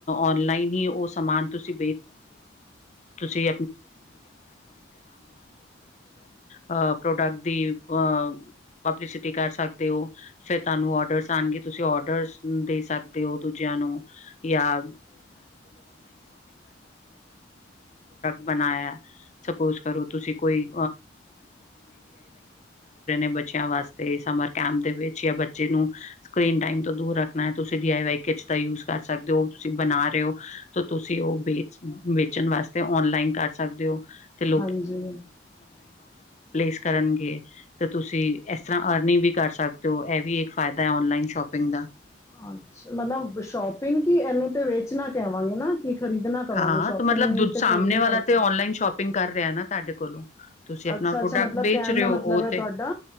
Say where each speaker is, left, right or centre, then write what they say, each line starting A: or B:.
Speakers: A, on the left; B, on the left.
A: ਓਨਲਾਈਨ ਹੀ ਉਹ ਸਮਾਨ ਤੁਸੀਂ ਤੁਸੀਂ ਹਾਂ ਪਬਲਿਸਿਟੀ ਕਰ ਸਕਦੇ ਹੋ ਫਿਰ ਤੁਹਾਨੂੰ ਆਰਡਰਸ ਆਂਗੇ ਤੁਸੀਂ ਆਰਡਰਸ ਦੇ ਸਕਦੇ ਹੋ। ਦੂਜਿਆਂ ਨੂੰ ਯਾ ਬਣਾਇਆ ਸਪੋਜ ਕਰੋ ਤੁਸੀਂ ਕੋਈ ਬੱਚਿਆਂ ਵਾਸਤੇ ਸਮਰ ਕੈਂਪ ਦੇ ਵਿੱਚ ਜਾਂ ਬੱਚੇ ਨੂੰ ਸਕਰੀਨ ਟਾਈਮ ਤੋਂ ਦੂਰ ਰੱਖਣਾ ਹੈ ਤੁਸੀਂ ਵੀ ਐਵੇ ਕਿੱਚ ਦਾ ਯੂਜ ਕਰ ਸਕਦੇ ਹੋ ਤੁਸੀਂ ਬਣਾ ਰਹੇ ਹੋ ਤੋ ਤੁਸੀਂ ਉਹ ਵੇਚ ਵੇਚਣ ਵਾਸਤੇ ਆਨਲਾਈਨ ਕਰ ਸਕਦੇ ਹੋ ਤੇ
B: ਹਾਂਜੀ
A: ਪਲੇਸ ਕਰਨਗੇ ਤੇ ਤੁਸੀਂ ਇਸ ਤਰ੍ਹਾਂ ਅਰਨਿੰਗ ਵੀ ਕਰ ਸਕਦੇ ਹੋ ਇਹ ਵੀ ਇੱਕ ਫਾਇਦਾ ਹੈ ਆਨਲਾਈਨ ਸ਼ੋਂ ਪਿੰਗ ਦਾ
B: ਅੱਛਾ ਮਤਲਬ ਸ਼ੋਪਿੰਗ ਕੀ ਇਹਨੂੰ ਤੇ ਵੇਚਣਾ ਕੇਵਾਂਗੇ ਨਾ ਕਿ ਖਰੀਦਣਾ ਕਵਾਂਗੇ
A: ਹਾਂ
B: ਸ਼ੋਪਿੰਗ
A: ਤੇ ਮਤਲਬ
B: ਮੀਨਸ
A: ਦੁ
B: ਤੇ
A: ਸਾਹਮਣੇ
B: ਖਰੀਦਣਾ
A: ਵਾਲਾ
B: ਹੁੰਦਾ
A: ਤੇ ਆਨਲਾਈਨ ਸ਼ੋਪਿੰਗ ਕਰ ਰਿਹਾ ਨਾ ਤਾਢੇ ਕੋਲੋਂ। ਤੁਸੀਂ ਆਪਣਾ
B: ਅੱਛਾ -
A: ਪ੍ਰੋਡਕਟ
B: ਅੱਛਾ ਮਤਲਬ
A: ਵੇਚ
B: ਕਹਿਣ
A: ਰਹੇ
B: ਦਾ
A: ਹੋ
B: ਮਤਲਬ
A: ਉਹ
B: ਹੈ
A: ਤੇ
B: ਤੁਹਾਡਾ